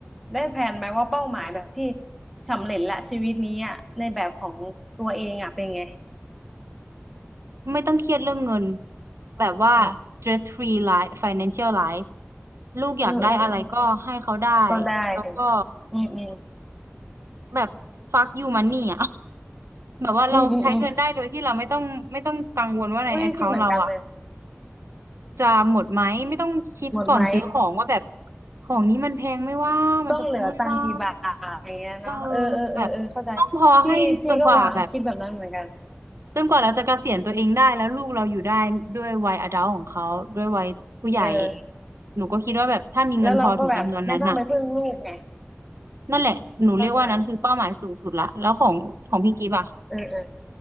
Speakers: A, in the centre; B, on the right.
A: ได้แผนไหมว่าเป้าหมายแบบที่สำเร็จละชีวิตนี้อ่ะในแบบของตัวเองอ่ะเป็นไง
B: ไม่ต้องเครียดเรื่องเงินแบบว่า
A: เนาะ
B: stress free life financial life ลูกอยากได้อะไรก็ให้เขาได้
A: เออเออเออเออก็ได้
B: แล้วก็
A: อืมอืม
B: แบบ fuck you money อ่ะ <laughs> แบบว่าเราใช้เงินได้โดยที่เราไม่ต้องไม่ต้องกังวลว่าใน
A: อืมอืมอืมไม่ได้คิดเหมือนกันเลย
B: account เราอ่ะ จะหมดไหมไม่ต้องคิดก่อนซื้อของว่าแบบ
A: หมดไหม
B: ของนี้มันแพงไหม่ว่ามันจะคุ้มไหม่ว่า
A: ต้องเหลือตังค์กี่บาทอะไรเงี้ยเนาะเออเออเออเออเข้าใจ
B: เออแบบต้องพอให้จนกว่าแบบ
A: พี่พี่ก็วางคิดแบบนั้นเหมือนกัน
B: จนกว่าเราจะเกษียณตัวเองได้แล้วลูกเราอยู่ได้ด้วยวัยอดัลของเขาด้วยวัยผู้ใหญ่
A: เออ
B: หนูก็คิดว่าแบบถ้ามีเงินพอถึงจำนวนนั้นน่ะ
A: แล้วเราก็แบบไม่ต้องไปพึ่งลูกไง
B: นั่นแหละหนูเรียกว่านั้นคือเป้าหมายสูงสุดละแล้วของของพี่กิฟต์อ่ะ
A: เข้าใจเออเออ